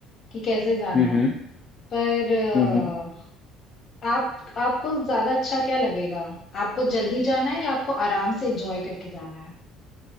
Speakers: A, on the left (about 45°); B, on the left (about 25°).
A: कि कैसे जाना
B: हम्म
A: है
B: हम्म
A: पर अ,
B: हम्म हम्म।
A: आप आपको ज्यादा अच्छा क्या लगेगा? आपको जल्दी जाना है या आपको आराम से एंजॉय करके जाना है?